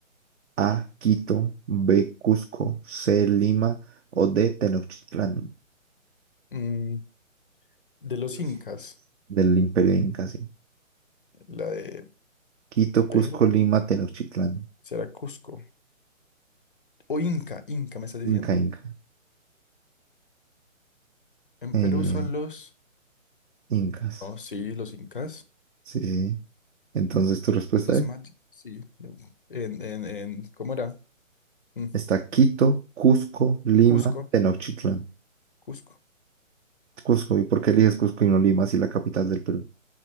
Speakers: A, on the right (about 65°); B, on the left (about 40°).
A: A. Quito. B. Cusco. C. Lima. O D. Tenochtitlán.
B: Mm, de los
A: De los-
B: incas,
A: Del Imperio Inca, sí.
B: la de
A: Quito, Cusco,
B: Perú,
A: Lima, Tenochtitlán.
B: será Cusco. O Inca, Inca, me estás diciendo.
A: Inca, Inca.
B: En
A: Eh,
B: Perú son los...
A: incas.
B: Oh, sí, los incas.
A: Sí, sí. Entonces tu respuesta
B: Los
A: es,
B: mayas, sí. En, en, en, ¿cómo era? Mm,
A: está Quito, Cusco, Lima,
B: Cusco,
A: Tenochtitlán.
B: Cusco.
A: Cusco, ¿y por qué eliges Cusco y no Lima si la capital del Perú?